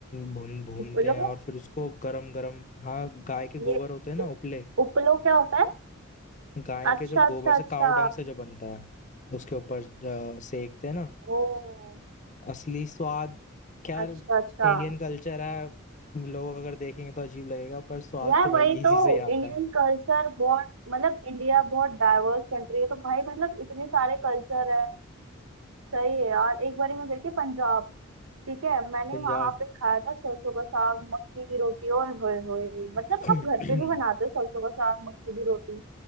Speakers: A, on the left; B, on the right.
A: भून भूनते
B: उपलो
A: हैं और फिर उसको गरम गरम हाँ गाय के गोबर
B: ये
A: होते हैं ना
B: उ-
A: उपले
B: उपलो क्या होता है
A: गाय
B: अच्छा
A: के जो
B: अच्छा
A: गोबर से
B: अच्छा
A: काव डंग से जो बनता है उसके ऊपर अ, सेकते हैं ना
B: ओ
A: असली स्वाद खैर
B: अच्छा अच्छा
A: इंडियन कल्चर है लोग अगर देखेंगे तो अजीब लगेगा पर स्वाद
B: यार
A: तो भाई
B: वही
A: इसी
B: तो
A: से ही आता
B: इंडियन
A: है
B: कल्चर बहुत मतलब इंडिया बहुत डाइवर्स कंट्री है तो भाई मतलब इतने सारे कल्चर है सही है यार एक बारी मैं गई थी पंजाब ठीक है मैंने
A: पंजाब
B: वहां पे खाया था सरसों का साग मक्की की रोटी और होए होए मतलब
A: <clears throat>
B: हम घर पे भी बनाते हैं सरसों का साग मक्की की रोटी